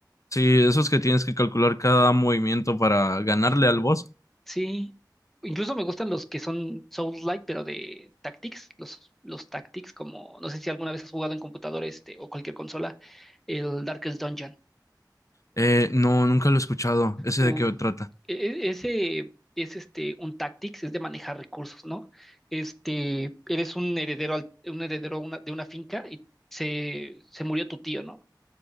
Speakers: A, on the left (about 45°); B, in the centre.
A: Sí, esos que tienes que calcular cada movimiento para ganarle al boss.
B: Sí. Incluso me gustan los que son Souls-like, pero de Tactics, los, los Tactics, como no sé si alguna vez has jugado en computadora este o cualquier consola, el Darkest Dungeon.
A: Eh, no, nunca lo he escuchado. ¿Ese
B: Uf,
A: de qué trata?
B: e- e- ese es este un tactics, es de manejar recursos, ¿no? Este, eres un heredero, al- un heredero una- de una finca y se, se murió tu tío, ¿no?